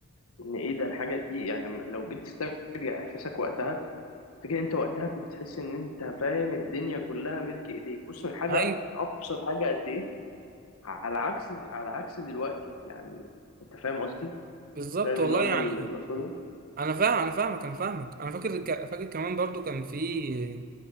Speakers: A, on the left; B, on the right.
A: ان ايه ده الحاجه دي يعني لو جيت تسترجع احساسك وقتها فكره انت وقتها كنت تحس ان انت فاهم الدنيا كلها ملك ايديك بص من حاجه
B: ايوه
A: من ابسط حاجه قد ايه على عكس على عكس دلوقتي يعني انت فاهم قصدي
B: بالظبط
A: فاهم
B: والله
A: النقطه
B: يعني
A: اللي اللي اقصدها
B: انا فاهم انا فاهمك انا فاهمك انا فاكر ك- فاكر كمان برضو كان في